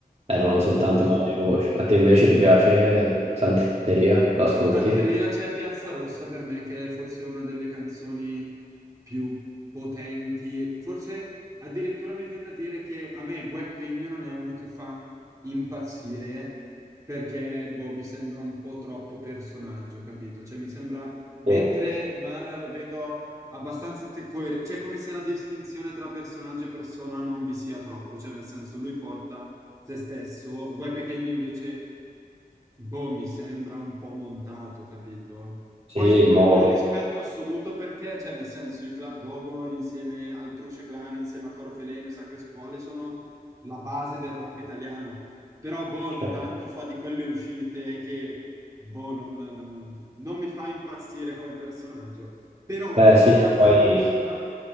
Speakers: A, on the right; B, on the right.
A: erano soltanto magari voci. A te invece ti piace Santeria? L'ascolti?
B: Tanteria c'è Piazza Rossa per me, che è forse una delle canzoni più potenti. Forse addirittura mi viene da dire che a me Guè Pequeno non è uno che fa impazzire perché boh, mi sembra un po' troppo personaggio, capito? Cioè mi sembra, mentre
A: Sì,
B: Marra lo vedo abbastanza te- coer- cioè come se la distinzione tra personaggio e persona non vi sia troppo, cioè nel senso lui porta se stesso, Guè Pequeno invece Boh, mi sembra un po' montato, capito?
A: sì,
B: Poi eh,
A: molto.
B: rispetto assoluto perché, cioè, nel senso, i Club Dogo insieme al Truce Clan, insieme a Corveleno e Sacre Scuole sono la base del rap italiano. Però, boh, ogni
A: Cioè,
B: tanto fa di quelle uscite che, boh, non, non- non mi fa impazzire come personaggio. Però
A: beh
B: in
A: sì,
B: Piazza
A: poi...
B: Rossa,